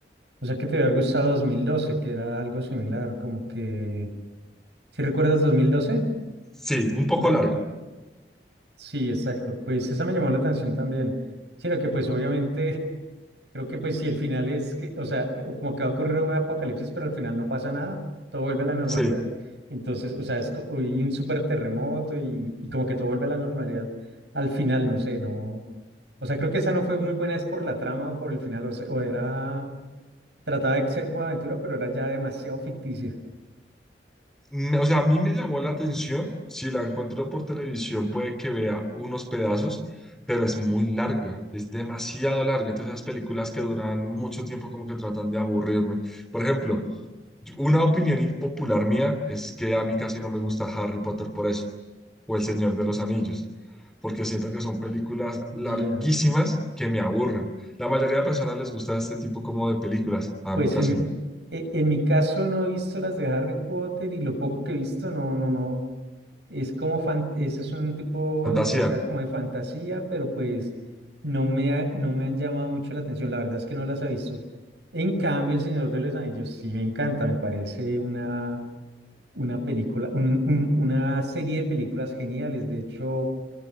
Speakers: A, on the right; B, in the centre.
A: O sea que te había gustado 2012 que era algo similar, como que... ¿Si recuerdas 2012?
B: Sí, un poco
A: Una-
B: larga.
A: Sí, exacto. Pues esa me llamó la atención también. Sino que pues obviamente <laughs> creo que pues si el final es que, o sea, eh, como que va a ocurrir un apocalipsis, pero al final no pasa nada, todo vuelve a la normalidad.
B: Sí.
A: Entonces, o sea, es co- y un súper terremoto y, y como que todo vuelve a la normalidad. Al final, no sé, no... O sea, creo que esa no fue muy buena, es por la trama o por el final, o sea, o era... Trataba de ser como aventura, pero era ya demasiado ficticia.
B: me- O sea, a mí me llamó la atención, si la encuentro por televisión puede que vea unos pedazos, pero es muy larga, es demasiado larga. Entonces, esas películas que duran mucho tiempo como que tratan de aburrirme. Por ejemplo, yo- una opinión impopular mía es que a mí casi no me gusta Harry Potter por eso, o El Señor de los Anillos, porque siento que son películas larguísimas
A: Ya,
B: que me aburren. La mayoría de personas les gusta este tipo como de películas, a
A: Pues
B: mí casi
A: en mi,
B: no.
A: e- en mi caso no he visto las de Harry Potter y lo poco que he visto, no, no, no. Es como fan, ese es un tipo
B: Fantasía.
A: de películas como de fantasía, pero pues no me ha- no me han llamado mucho la atención. La verdad es que no las he visto. En cambio, El Señor de los Anillos sí me encanta, me parece una, una película, un- un- una serie de películas geniales. De hecho,